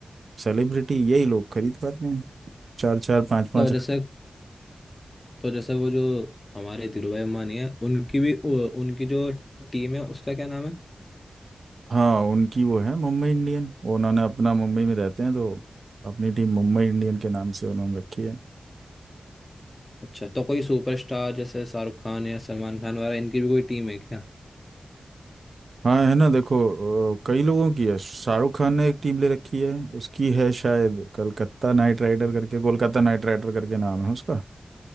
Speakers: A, on the right; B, on the left.
A: सेलिब्रिटी यही लोग खरीद पाते हैं चार चार पांच पांच
B: तो जैसे तो जैसे वो जो हमारे धीरू भाई अंबानी है उनकी भी उ- उनकी जो टीम है उसका क्या नाम है
A: हाँ उनकी वो है मुंबई इंडियन उन्होंने अपना मुंबई में रहते हैं तो अपनी टीम मुंबई इंडियन के नाम से उन्होंने रखी है
B: अच्छा तो कोई सुपरस्टार जैसे शाहरुख खान या सलमान खान वगैरह इनकी भी कोई टीम है क्या
A: हाँ है ना देखो अ, कई लोगों की है शाहरुख खान ने एक टीम ले रखी है उसकी है शायद कलकत्ता नाइट राइडर करके कोलकाता नाइट राइडर करके नाम है उसका